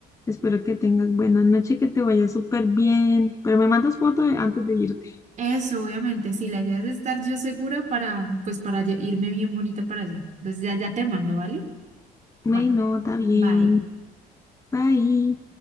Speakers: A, on the left; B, on the right.
A: Espero que tengas buena noche, que te vaya súper bien. Pero me mandas foto de- antes de irte.
B: Eso, obviamente, sí, la idea es estar yo segura para, pues, para lle- irme bien bonita para allá. Entonces ya, ya te mando, ¿vale?
A: Bueno,
B: Bueno,
A: está
B: bye.
A: bien. Bye.